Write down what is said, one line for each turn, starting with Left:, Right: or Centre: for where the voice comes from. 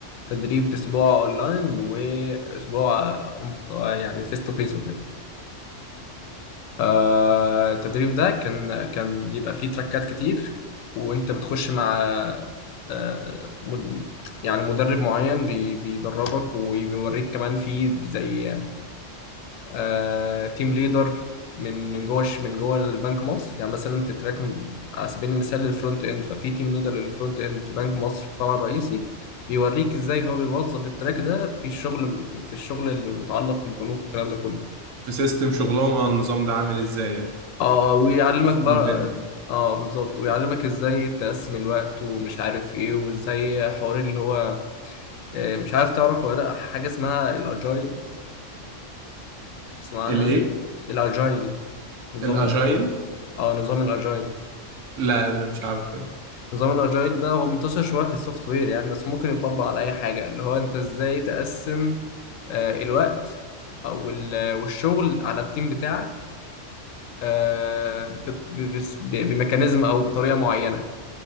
Left: تدريب اسبوع اونلاين واسبوع آه، أونف- آه، يعني فيس تو فيس وكده آه، التدريب ده كان كان بيبقى فيه تراكات كتير وانت بتخش مع آه، مد- يعني مدرب معين بي- بيدربك وبيوريك كمان في زي آه، تيم ليدر من من جوه الش- من جوه البنك مصر يعني مثلا في تراك م- على سبيل المثال للفرونت اند ففي تيم ليدر للفرونت اند في بنك مصر في الفرع الرئيسي بيوريك ازاي هو بيوظف التراك ده في الشغل في, في الشغل المتعلق بالبنوك والكلام ده كله
Right: في سيستم شغلهم اه النظام ده عامل ازاي يعني
Left: اه ويعلمك
Right: أفهم
Left: بقى
Right: تاني.
Left: اه بالظبط ويعلمك ازاي تقسم الوقت ومش عارف ايه وازاي حوار اللي هو آه، مش عارف تعرف ولا لأ، حاجة اسمها الاجايل تسمع عنها
Right: الايه
Left: الاجايل نظام
Right: الاجايل
Left: ال- اه نظام الاجايل
Right: لا لا مش عارف إيه.
Left: نظام الاجايل ده هو منتشر شويه في السوفت وير يعني بس ممكن يطبق على اي حاجه اللي هو انت ازاي تقسم آه، الوقت او ال- والشغل على التيم بتاعك آه، ب- ب- بس- ب- بميكانيزم او بطريقه معينه